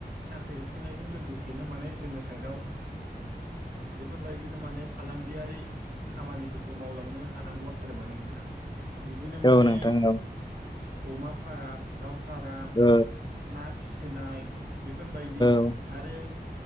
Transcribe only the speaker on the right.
साख्रि होसोनायजों लोगोसेनो माने जोङो साइडआव बेफोरबायदिनो माने फालांगियारि खामानिफोरखौ मावलांनो हानांगौ आरो माने नोंथां बिदिनो माने
अमा फारा दाउ फार्म
ना फिसिनाय बेफोरबायदि
आरो